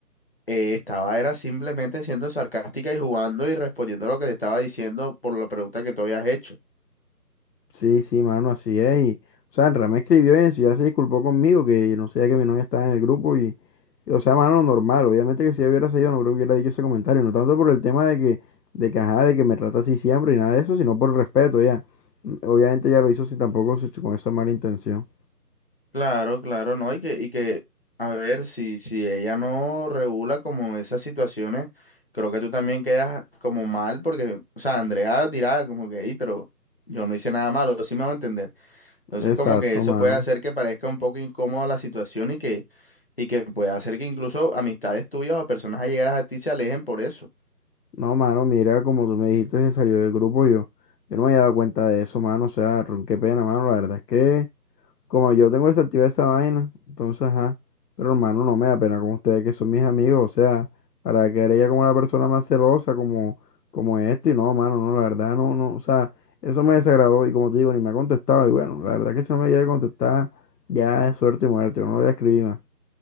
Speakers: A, on the left; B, on the left.
A: eh, estaba era simplemente siendo sarcástica y jugando y respondiendo a lo que te estaba diciendo por la pregunta que tú habías hecho.
B: Sí, sí, mano, así es. Y, o sea, Andrea me escribió y en sí ya se disculpó conmigo, que no sabía que mi novia estaba en el grupo y, y, o sea, mano, normal. Obviamente que si yo hubiera salido, no creo que hubiera dicho ese comentario, no tanto por el tema de que, de que, ajá, de que me trata así siempre y nada de eso, sino por respeto, ya. Mm, Obviamente ya lo hizo sin tampoco se- con esa mala intención.
A: Claro, claro, no, y que, y que, a ver, si, si ella no regula como esas situaciones, creo que tú también quedas como mal, porque, o sea, Andrea dirá como que, "Ey, pero yo no hice nada malo, sí me va a entender. Entonces,
B: Exacto,
A: como que eso
B: mano.
A: puede hacer que parezca un poco incómoda la situación y que, y que puede hacer que incluso amistades tuyas o personas allegadas a ti se alejen por eso.
B: No, mano, mira, como tú me dijiste, se salió del grupo yo. Yo no me había dado cuenta de eso, mano. O sea, ron, qué pena, mano. La verdad es que Como yo tengo desactivada esa vaina, entonces, ajá. Pero hermano, no me da pena con ustedes que son mis amigos, o sea, para quedar ella como la persona más celosa, como, como esto, y no, mano, no, la verdad, no, no, o sea, eso me desagradó, y como te digo, ni me ha contestado, y bueno, la verdad que si no me llega a contestar, ya es suerte y muerte, yo no le voy a escribir más.